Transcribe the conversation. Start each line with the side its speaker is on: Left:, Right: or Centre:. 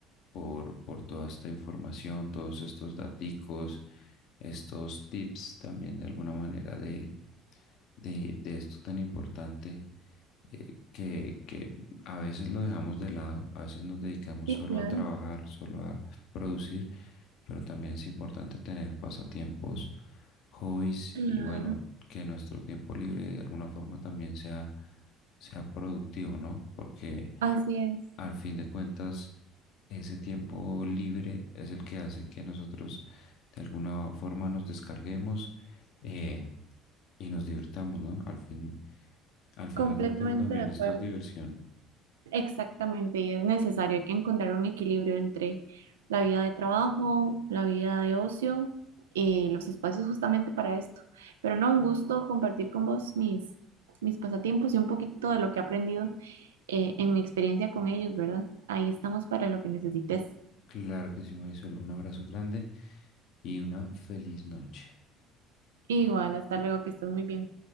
Left: por, por toda esta información, todos estos daticos, estos tips también de alguna manera de, de, de esto tan importante eh, que, que a veces lo dejamos de lado, a veces nos dedicamos
Right: Sí,
Left: solo
Right: claro,
Left: a trabajar, solo a producir, pero también es importante tener pasatiempos, hobbies
Right: claro.
Left: y bueno, que nuestro tiempo libre de alguna forma también sea, sea productivo, ¿no? Porque
Right: Así es,
Left: al fin de cuentas, ese tiempo libre es el que hace que nosotros de alguna forma nos descarguemos eh, y nos divirtamos, ¿no? Al fin, al final
Right: completamente
Left: de todo también
Right: de acuerdo.
Left: esto es diversión
Right: Exactamente, y es necesario que encontrar un equilibrio entre la vida de trabajo, la vida de ocio y los espacios justamente para esto. Pero no, un gusto compartir con vos mis, mis pasatiempos y un poquito de lo que he aprendido eh, en mi experiencia con ellos, ¿verdad? Ahí estamos para lo que necesites.
Left: Claro que sí, Marisol. Un abrazo grande y una feliz noche.
Right: Igual, hasta luego, que estés muy bien.